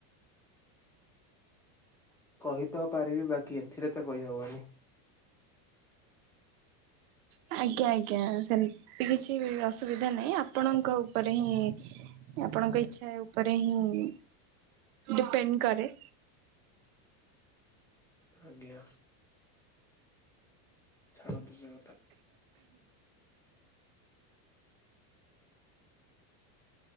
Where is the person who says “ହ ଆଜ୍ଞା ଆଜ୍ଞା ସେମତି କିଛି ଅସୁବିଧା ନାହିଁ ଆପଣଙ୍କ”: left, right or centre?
Right